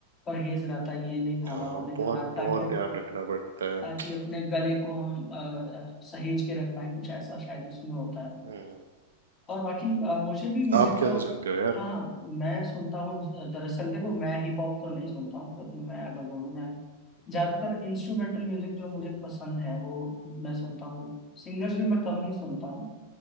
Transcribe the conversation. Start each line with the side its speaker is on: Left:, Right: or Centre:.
Left: परहेज रहता है ये नहीं खाना
Right: हाँ
Left: वो नहीं
Right: बहुत
Left: खाना ताकि
Right: बहुत ध्यान रखना पड़ता है
Left: ताकि अपने गले को हम अ, सहेज के रख पाए कुछ ऐसा शायद उसमें होता है
Right: हम्म,
Left: और बाकी अ, मुझे भी म्यूजिक
Right: आप क्या
Left: तो
Right: सुनते हो यार
Left: हाँ हाँ, मैं सुनता हूँ दरअसल देखो
Right: हम्म
Left: मैं हिप हॉप तो नहीं सुनता हूँ पर मैं अगर बोलूँ मैं ज्यादातर
Right: हम्म
Left: इंस्ट्रूमेंटल म्यूजिक जो मुझे
Right: हम्म
Left: पसंद है वो मैं सुनता हूँ सिंगर्स भी मैं कम ही सुनता हूँ